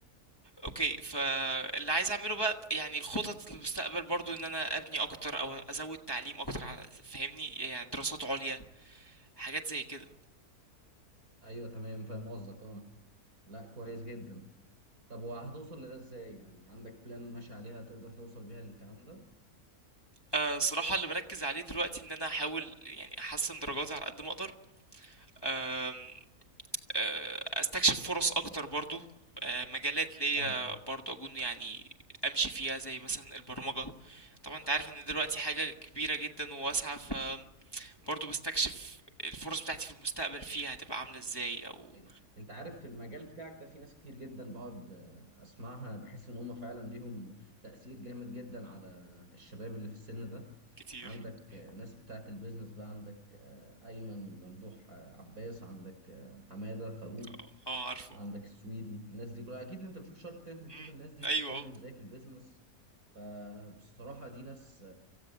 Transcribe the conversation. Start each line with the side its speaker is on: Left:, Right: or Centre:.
Left: اوكي فاللي عايز اعمله بقى يعني خطط للمستقبل برضو ان انا ابني اكتر او ازود تعليم اكتر على فاهمني يعني دراسات عليا حاجات زي كده
Right: ايوه تمام فاهم قصدك اه لا كويس جدا طب وهتوصل لده ازاي يعني عندك بلان ماشي عليها تقدر توصل بيها للكلام ده
Left: أه صراحة اللي بركز عليه دلوقتي ان انا احاول يعني احسن درجاتي على قد ما اقدر أم، أه، استكشف فرص اكتر برضو أه، مجالات ليا
Right: اه
Left: برضو اكون يعني امشي فيها زي مثلا البرمجة طبعا انت عارف ان دلوقتي حاجة كبيرة جدا وواسعة ف برضو بستكشف الفرص بتاعتي في المستقبل فيها هتبقى عاملة ازاي او
Right: ايوه انت عارف في المجال بتاعك ده في ناس كتير جدا بقعد آه، اسمعها بحس ان هم فعلا ليهم تأثير جامد جدا على الشباب اللي في السن ده
Left: كتير
Right: عندك
Left: مم.
Right: آه، ناس بتاعه البيزنس بقى عندك آه، ايمن ممدوح آه، عباس عندك آه، حمادة فاروق
Left: اه آه، عارفه
Right: عندك السويدي الناس دي كلها اكيد انت بتشوف شارك تانك وبتشوف
Left: مم.
Right: الناس دي
Left: ايوه
Right: بتتكلم
Left: آه.
Right: ازاي في البيزنس فبصراحة دي ناس